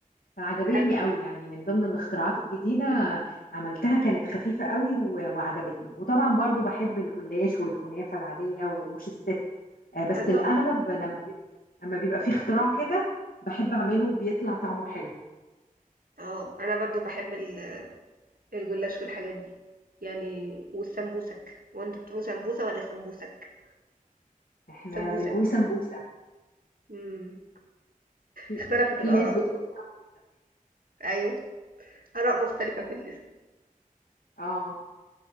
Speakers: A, on the left (about 85°); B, on the right (about 80°).
A: فعجبتني
B: حلو
A: قوي يعني من ضمن الاختراعات الجديدة عملتها كانت خفيفة قوي و- وعجبتني وطبعا برضو بحب الجلاش والكنافة العادية ورموش الست آه بس
B: الله
A: الأغلب لما بيبقى لما بيبقى في اختراع كده بحب أعمله بيطلع طعمه حلو
B: اه انا برضو بحب ال- الجلاش والحاجات دي يعني والسمبوسك وانت بتقولوا سمبوسة ولا سمبوسك
A: احنا
B: سمبوسك
A: بنقول سمبوسة
B: امم
A: في
B: اختلفت
A: في
B: الآراء
A: ناس بتقول سمبوسة
B: ايوه آراء مختلفة في الاسم
A: اه